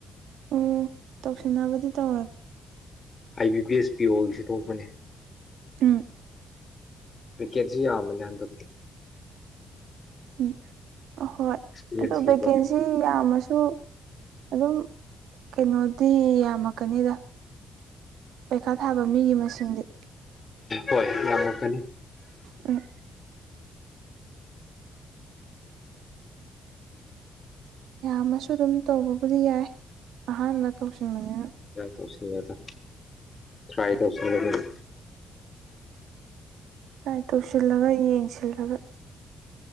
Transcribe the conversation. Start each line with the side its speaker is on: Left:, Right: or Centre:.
Right: ꯑꯣ ꯇꯧꯁꯤꯟꯅꯕꯗꯤ ꯇꯧꯔꯒꯦ
Left: I B B S P ꯑꯣꯁꯤ ꯊꯣꯛꯄꯅꯤ
Right: ꯎꯝ
Left: ꯋꯤꯀꯦꯠꯁꯤ ꯌꯥꯝꯕꯅ ꯍꯟꯗꯣꯛꯇꯤ
Right: ꯎꯝ ꯑ ꯍꯣꯏ
Left: ꯑꯦꯛꯁꯄꯤꯔꯤꯌꯦꯟꯁꯀꯤꯀꯣ
Right: ꯑꯣ ꯚꯦꯀꯦꯟꯁꯤ ꯌꯥꯝꯃꯁꯨ ꯑꯗꯨꯝ ꯀꯩꯅꯣꯗꯤ ꯌꯥꯝꯃꯛꯀꯅꯤꯗ ꯄꯩꯈꯥ ꯊꯥꯕ ꯃꯤꯒꯤ ꯃꯁꯤꯡꯗꯤ
Left: ꯍꯣꯏ ꯌꯥꯝꯅꯀꯅꯤ
Right: ꯑ ꯌꯥꯝꯃꯁꯨ ꯑꯗꯨꯝ ꯇꯧꯕꯕꯨꯗꯤ ꯌꯥꯏ ꯑꯍꯥꯟꯕ ꯀꯧꯁꯤꯟꯕꯅꯤꯅ
Left: ꯇꯧꯁꯤꯜꯂꯦꯗ ꯇ꯭ꯔꯥꯏ ꯇꯧꯁꯤꯦ
Right: ꯁꯥꯏ ꯇꯧꯁꯤꯜꯂꯒ ꯌꯦꯡꯁꯤꯜꯂꯒ